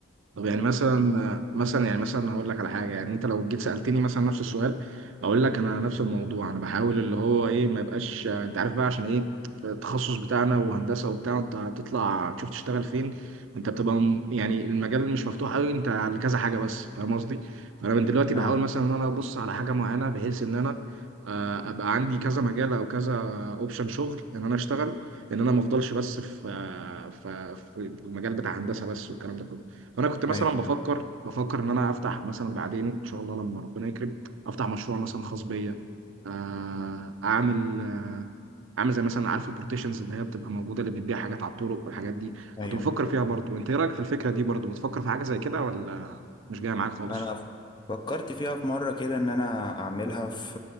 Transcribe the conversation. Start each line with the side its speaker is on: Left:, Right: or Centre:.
Right: طب يعني مثلا مثلا يعني مثلا هقول لك على حاجه يعني انت لو جيت سالتني مثلا نفس السؤال اقول لك انا نفس الموضوع انا بحاول اللي هو ايه ما يبقاش انت عارف بقى عشان ايه التخصص بتاعنا وهندسه وبتاع انت هتطلع تشوف تشتغل فين انت بتبقى م- يعني المجال مش مفتوح قوي انت على كذا حاجه بس فاهم قصدي فانا من دلوقتي بحاول
Left: آه.
Right: مثلا ان انا ابص على حاجه معينه بحيث ان انا آه، ابقى عندي كذا مجال او كذا اوبشن شغل ان انا اشتغل ان انا ما افضلش بس في آه، في في المجال بتاع هندسه بس والكلام ده كله انا كنت مثلا
Left: أيوه
Right: بفكر بفكر ان انا افتح مثلا بعدين ان شاء الله لما ربنا يكرم افتح مشروع مثلا خاص بيا آه، اعمل آه، اعمل زي مثلا عارف البروتيشنز اللي هي بتبقى موجوده اللي بتبيع حاجات على الطرق والحاجات دي كنت
Left: أيوه
Right: بفكر فيها برضو انت ايه رايك في الفكره دي برضو بتفكر في حاجه زي كده ولا مش جايه معاك خالص
Left: انا فكرت فيها في مره كده ان انا اعملها في